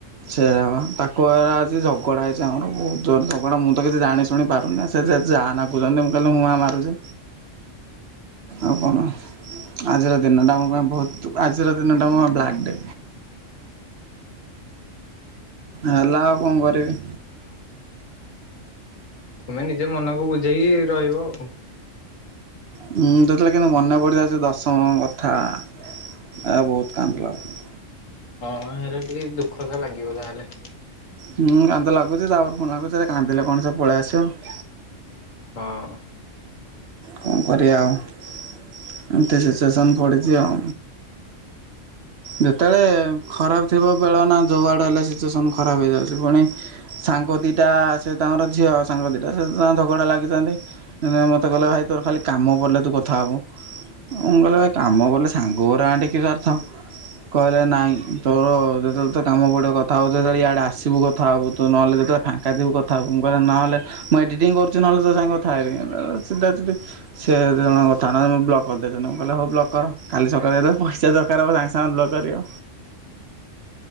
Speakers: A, on the right (about 60°); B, on the left (about 80°).
A: ସେୟା ପା ତାକୁ ଏରା ଆଜି ଝଗଡ଼ା ହେଇଚି, ଆମର ବହୁତ ଜୋରରେ ଝଗଡ଼ା। ମୁଁ ତ କିଛି ଜାଣି ଶୁଣି ପାରୁନି ଆ ସେ ଯେ ଯା ନା କହୁଚନ୍ତି ନାଇଁ ମୁଁ କହିନି ତ ମୋ ମା ମାରୁଚି। ଆଉ କଣ। ଆଜିର ଦିନଟା ମୋ ପାଇଁ ବହୁତ, ଆଜିର ଦିନଟା ମୋ ଵ୍ଲାକ୍ ଡେ। ହେଲା ଆଉ କଣ କରିବି।
B: ତୁମେ ନିଜ ମନକୁ ବୁଝେଇକି ରହିବ ଆଉ କଣ।
A: ଉଁ, ଯେଉତେବେଳେ କିନ୍ତୁ ମନେ ପଡିଯାଉଚି ଦଶମ କଥା। ଏ ବହୁତ କାନ୍ଦ ଲାଗୁଚି।
B: ହଁ ହେଲେ ଟିକେ ଦୁଃଖ ତ ଲାଗିବ ଯାହେଲେ।
A: ହୁଁ, କାନ୍ଦ ଲାଗୁଚି, ତାପରେ ପୁଣି ଲାଗୁଚି ଆରେ କାନ୍ଦେ କଣ ସେ ପଳେଇ ଆସିବ।
B: ହଁ।
A: କଣ କରିବା ଆଉ ଏମତି ସିଚୁଏସନ୍ ପଡିଚି ଆଉ। ଯେତେବେଳେ ଖରାପ ଥିବ ବେଳ ନା ଯୋଉ ଆଡେ ହେଲେ ସିଚୁଏସନ ଖରାପ ହେଇଯାଉଛି। ପୁଣି ସାଙ୍ଗ ଦିଟା ସେ ତାଙ୍କର ଝିଅ ସାଙ୍ଗ ଦିଟା ସେ ତାଙ୍କ ଝଗଡା ଲାଗିଛନ୍ତି। ଦିନେ ମୋତେ କହିଲା ଭାଇ ତୋର ଖାଲି କାମ ପଡିଲେ ତୁ କଥା ହବୁ। ମୁଁ କହିଲି ଭାଇ କାମ କଲେ ସାଙ୍ଗ ଗୁରା ଟେକି ପାରୁଛ। କହିଲେ ନାଇଁ ତୋର ଯେତେବେଳେ ତୋ କାମ ପଡ଼ିବ କଥା ହବୁ। ତୁ ଯେତେବେଳେ ଇଆଡ଼େ ଆସିବୁ କଥା ହବୁ। ତୁ ନହେଲେ ଯେତେ ଫାଙ୍କା ଥିବୁ କଥା ହବୁ। ମୁଁ କହିଲି ନହେଲେ ମୁଁ ଏଡିଟିଂ କରୁଛି ନହେଲେ ତ ସାଙ୍ଗେ କଥା ହେବି। ଅ, ଚିଡା ଚିଡି ସେ ଦି ଜଣ କଥା ନ ହଉ ମୁଁ ବ୍ଲକ୍ କରିଦେଇଥିନି। ମୁଁ କହିଲି ହଉ ବ୍ଲକ୍ କର। କାଲି ସକାଳେ ତ ପଇସା ଦରକାର ହବ ଜାଣି ଆନ ଲ କରିବ।